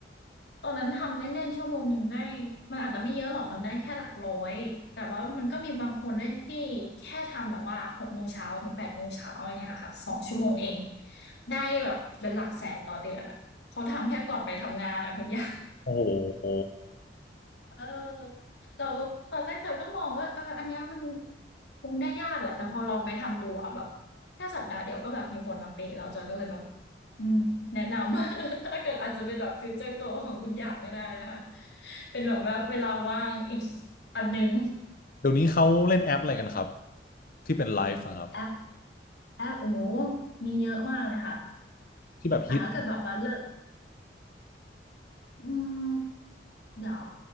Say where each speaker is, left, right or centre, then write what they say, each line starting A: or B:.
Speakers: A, on the left (about 75°); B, on the left (about 50°).
A: ตอนนั้นทำเล่นๆชั่วโมงหนึ่งได้มันอาจจะไม่เยอะหรอกมันได้แค่หลักร้อยแต่ว่ามันก็มีบางคนด้วยที่แค่ทำแบบว่าหกโมงเช้าถึงแปดโมงเช้าอย่างเงี้ยค่ะสองชั่วโมงเองได้แบบเป็นหลักแสนต่อเดือนอ่ะเขาทำแค่ก่อนไปทำงานอ่ะคุณย่า
B: โอ้โห
A: เออเราก็ตอนแรกเราก็มองว่าเอออันเนี้ยมันคงได้ยากแหละแต่พอลองไปทำดูอะแบบแค่สัปดาห์เดียวก็แบบมีคนมาเปะเราจอยก็เลยแบบอืมแนะนำ <laughs> ถ้าเกิดอาจจะเป็นแบบฟิวเจอร์โกของคุณอย่างก็ได้นะคะเป็นแบบว่าเวลาว่างอีกอันนึง
B: เดี๋ยวนี้เขาเล่นแอปอะไรกันครับที่เป็นไลฟ์อะครับ
A: แอปแอปโอ้โหมีเยอะมากเลยค่ะ
B: ที่แบบฮิต
A: แต่ถ้าเกิดแบบว่าเลิก อืมเดี๋ยว